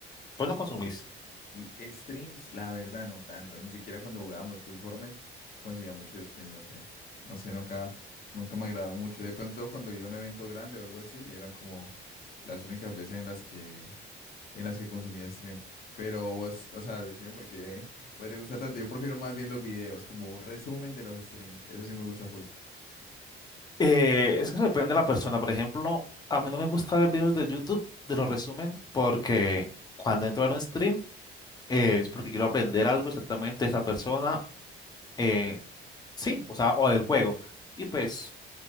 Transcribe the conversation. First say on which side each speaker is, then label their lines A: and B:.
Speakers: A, on the left; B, on the left.
A: Pues no consumís.
B: Lo voy a hacer. L- Streams, la verdad, no tanto. Ni siquiera cuando jugábamos full Fortnite conseguía mucho de stream, no sé. No sé, nunca, nunca me agradó mucho. De pronto cuando iba a un evento grande o algo así, eran como las únicas veces en las que, en las que consumía stream. Pero vos, o sea, decime por qué güey, te gusta tanto. Yo prefiero más bien los videos, como un resumen de los streams. Eso sí me gusta full.
A: Eh, es que depende de la persona. Por ejemplo, a mí no me gusta ver videos de YouTube de los resumen porque cuando entro a ver un stream eh, es porque quiero aprender algo exactamente de esa persona. eh, sí, o sea, o del juego. Y pues